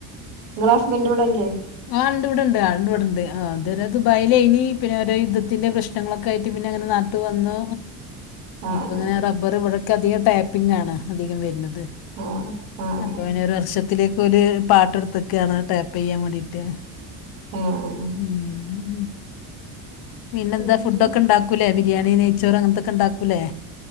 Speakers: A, on the right; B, on the left.
A: ഇങ്ങള ഹസ്ബൻ്റ് ഇവിടെല്ലേ
B: ആ ഇണ്ട് ഇവിടുണ്ട് ഇണ്ട് ഇവിടുണ്ട് ആ അത് ദുബായിലായിനി പിന്നെ രോ യുദ്ധത്തി ത്തിന്റെ പ്രശ്നങ്ങളൊക്കെ ആയിട്ട് പിന്നെങ്ങനെ നാട്ട് വന്നു
A: ആഹ്
B: ഇപ്പ ഇങ്ങനെ റബ്ബർ ഇവിടെ അധികം ടാപ്പിംഗ് ആണ് അധികം വരണത്
A: ആഹ് ആഹ് ആഹ്
B: അപ്പോ പിന്നെ ഒരു വർഷത്തില് രു പാട്ട എടുത്തെക്കാണ് ടേപ്പ് ചെയ്യാൻ വേണ്ടീട്ട്
A: ആഹ് ആഹ് ആഹ്
B: ഉം പിന്നെന്താ
A: പിന്നെ
B: ഫുഡൊക്കെ ഇണ്ടാക്ക ല്ലേ ബിരിയാണി നെയ്ച്ചോറ് അങ്ങൻത്തൊക്കെ ഇണ്ടാക്കൂല്ലേ